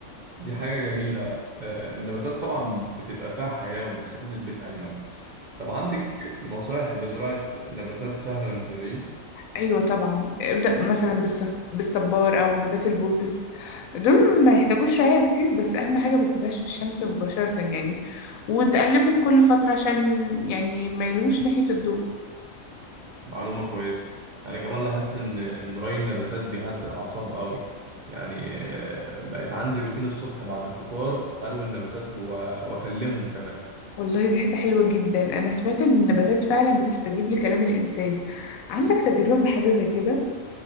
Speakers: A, on the right; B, on the left.
A: دي حاجة جميلة آه، النباتات طبعا بتبقى فيها حياة وبتخلي البيت أجمل طب عندك نصائح لزراعة نباتات سهلة للمبتدئين
B: ايوه طبعا ابدأ مثلا بالصف... بالصبار او نبات البوتس دول ما يحتاجوش رعاية كتير بس اهم حاجة ما تسيبهاش في الشمس مباشرة يعني وتقلبهم كل فترة عشان يعني ما يلوش ناحية الضوء
A: معلومة كويسة أنا كمان لاحظت إن إن ري النباتات بيهدي الأعصاب قوي يعني آه، بقت عندي روتين الصبح بعد الفطار أروي النباتات و- وأكلمهم كمان
B: والله دي حاجة حلوة جدا انا سمعت ان النباتات فعلا بتستجيب لكلام الانسان عندك تجربة مع حاجة زي كده